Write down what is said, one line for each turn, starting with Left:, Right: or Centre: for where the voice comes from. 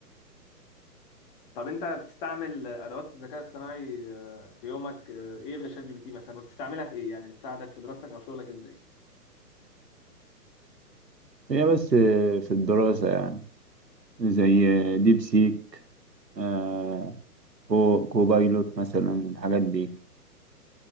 Left: طب انت بتستعمل ادوات الذكاء الاصطناعي آه، في يومك آه، ايه غير شات جي بي تي مثلا وبتستعملها في ايه يعني بتساعدك في دراستك او شغلك ازاي
Right: هي بس في الدراسة يعني زي ديب سيك آه كو... كوبايلوت مثلا الحاجات دي